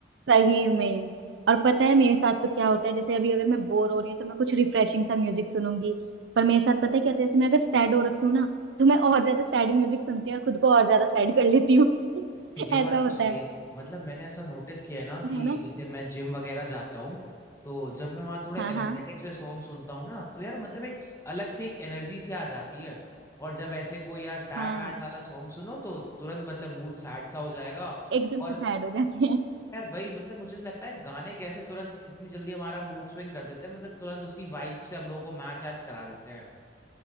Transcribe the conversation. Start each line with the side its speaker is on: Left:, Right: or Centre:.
Right: सही में और पता है मेरे साथ तो क्या होता है जैसे अभी अगर मैं बोर हो रही हूँ तो मैं कुछ रिफ्रेशिंग सा म्यूजिक सुनूंगी पर मेरे साथ पता है क्या होता है जैसे मैं अगर सैड हो रखी हूँ ना तो मैं और ज्यादा सैड म्यूजिक सुनती हूँ और खुद को और ज्यादा सैड कर लेती हूँ <laughs>
Left: ये
Right: ऐसा
Left: बात
Right: होता
Left: तो सही
Right: है
Left: है मतलब मैंने ऐसा नोटिस किया है ना कि
Right: है ना
Left: जैसे मैं जिम वगैरह जाता हूँ तो जब मैं वहाँ थोड़े
Right: हाँ
Left: एनर्जेटिक
Right: हाँ
Left: से सॉन्ग सुनता हूँ ना तो यार मतलब एक अलग से एक एनर्जी सी आ जाती है और जब ऐसे कोई यार सैड
Right: हाँ
Left: वैड वाला सॉन्ग सुनो तो तुरंत मतलब मूड सैड सा हो जाएगा
Right: एकदम
Left: और
Right: से सैड हो जाते हैं
Left: यार वही मतलब मुझे ऐसा लगता है गाने कैसे तुरंत इतनी जल्दी हमारा मूड स्विंग कर देते हैं मतलब तुरंत उसी वाइब से हम लोगों को मैच ऐच करा देते हैं